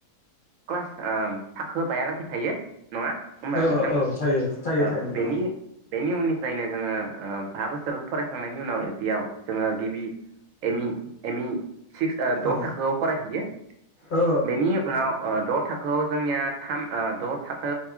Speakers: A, on the right; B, on the left.
A: क्लास ओ थाखो बायालागै थायो। नङा होनबा
B: औ
A: नोंथां
B: औ औ थायो थायो
A: औ
B: थायो नोंथां
A: बेनि बेनि उननिफ्रायनो जोङो ओ बा बोसोर फरायखांनायनि उनाव एल-पि आव जोङो गिबि एमि एमि सिक्स ओ द'
B: औ
A: थाखोआव फरायहैयो
B: औ
A: बेनि उनाव ओ द' थाखोआव जोंनिया थाम ओ द' थाखो